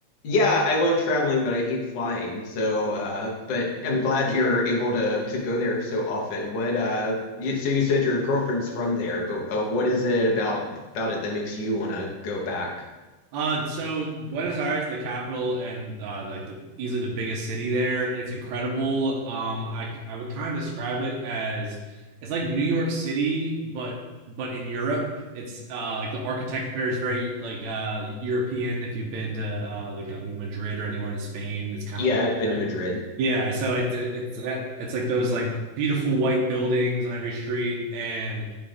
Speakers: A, on the left; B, on the right.
A: Yeah, I love traveling, but I hate flying. So, uh, but I'm glad you're able to to go there so often. What, uh, you, so you said your girlfriend's from there, but uh, what is it about about it that makes you want to go back? <laughs>
B: Uh, so Buenos Aires, the capital and uh, like the easily the biggest city there. It's incredible. Um, I I would kind of describe it as it's like New York City, but but in Europe. It's uh, like the architecture is very like uh, European. If you've been to uh, like uh, Madrid or anywhere in Spain, it's kind
A: Yeah,
B: of like
A: I've been to Madrid.
B: yeah, so it's it's that it's like those like beautiful white buildings on every street, and